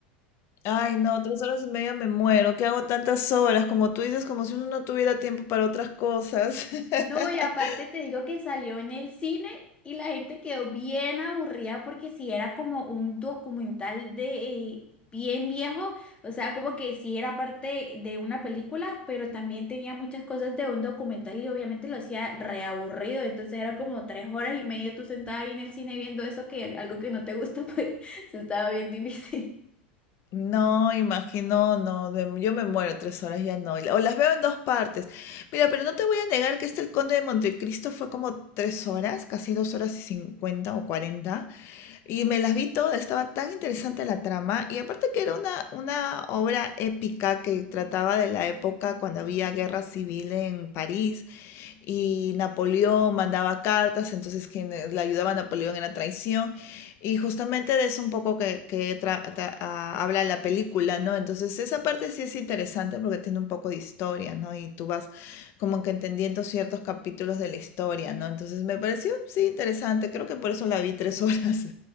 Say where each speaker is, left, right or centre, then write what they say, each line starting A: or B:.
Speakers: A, on the left; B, on the left.
A: Ay, no, tres horas y media me muero. ¿Qué hago tantas horas? Como tú dices, como si uno no tuviera tiempo para otras cosas.
B: No,
A: <laughs>
B: y aparte te digo que salió en el cine y la gente quedó bien aburrida porque si era como un documental de eh, bien viejo, o sea, como que sí era parte de una película, pero también tenía muchas cosas de un documental y obviamente lo hacía reaburrido, entonces era como tres horas y media tú sentada ahí en el cine viendo eso que algo que no te gusta, pues <laughs> se estaba bien difícil.
A: No, imagino, no, me- yo me muero tres horas, ya no. O las veo en dos partes. Mira, pero no te voy a negar que este El Conde de Montecristo fue como tres horas, casi dos horas y cincuenta o cuarenta. Y me las vi todas, estaba tan interesante la trama. Y aparte que era una, una obra épica que trataba de la época cuando había guerra civil en París y Napoleón mandaba cartas, entonces quienes le ayudaba a Napoleón era traición. Y justamente de eso un poco que, que tra tra habla la película, ¿no? Entonces esa parte sí es interesante porque tiene un poco de historia, ¿no? Y tú vas como que entendiendo ciertos capítulos de la historia, ¿no? Entonces me pareció, sí, interesante. Creo que por eso la vi tres <laughs> horas.